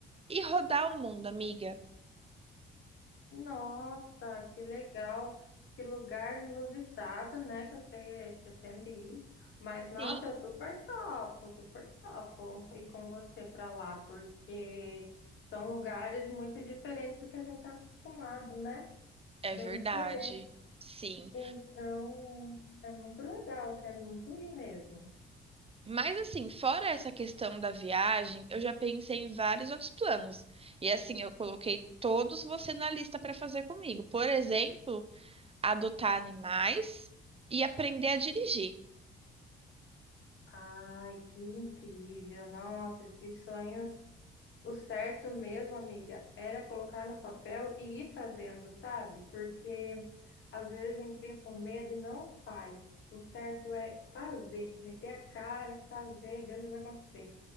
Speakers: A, on the right; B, on the left.
A: e rodar o mundo, amiga.
B: Nossa, que legal! Que lugar inusitado, né? Que você pretende ir. Mas, nossa,
A: Sim,
B: eu super topo, super topo ir com você para lá, porque são lugares muito diferentes do que a gente está acostumado, né?
A: é
B: Bem
A: verdade.
B: diferentes.
A: Sim.
B: Então, é muito legal, eu quero muito ir mesmo.
A: Mas assim, fora essa questão da viagem, eu já pensei em vários outros planos. E assim, eu coloquei todos você na lista para fazer comigo. Por exemplo, adotar animais e aprender a dirigir.
B: Ai, que incrível! Nossa, esses sonhos. O certo mesmo, amiga, era colocar no papel e ir fazendo, sabe? Porque às vezes a gente fica com medo e não faz. O certo é fazer, meter a cara, fazer, ver o que vai acontecer.